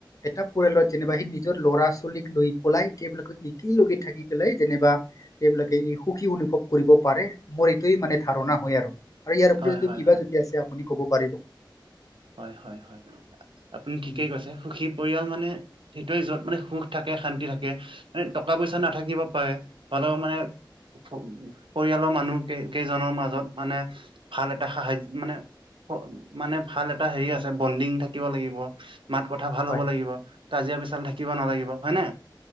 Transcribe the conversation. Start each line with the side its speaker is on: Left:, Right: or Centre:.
Left: এটা পৰিয়ালত যেনিবা সি নিজৰ ল'ৰা-ছোৱালীক লৈ পলাই তেওঁলোকক ইকি লগে থাকি পেলাই যেনেবা এইবিলাকে ই সুখী অনুভৱ কৰিব পাৰে মোৰ এইটোৱেই মানে ধাৰণা হয় আৰু। আৰু ইয়াৰ উপৰি
Right: হয়
Left: যদি
Right: হয় হয় হয় হয়
Left: কিবা যদি আছে আপুনি ক'ব পাৰিব।
Right: হয় হয় হয় আপুনি
Left: উম,
Right: ঠিকেই কৈছে সুখী পৰিয়াল মানে সেইটোৱে য'ত মানে সুখ থাকে শান্তি থাকে মানে টকা পইচা নাথাকিব পাৰে হ'লেও মানে ওফ পৰিয়াল মানুহ কে কেইজনৰ মাজত মানে ভাল এটা সাহায মানে মানে ভাল এটা হেৰি আছে, বণ্ডিং থাকিব লাগিব। মাত কথা ভাল
Left: হয়
Right: হ'ব লাগিব, কাজিয়া পেচাল থাকিব নালাগিব। হয়নে?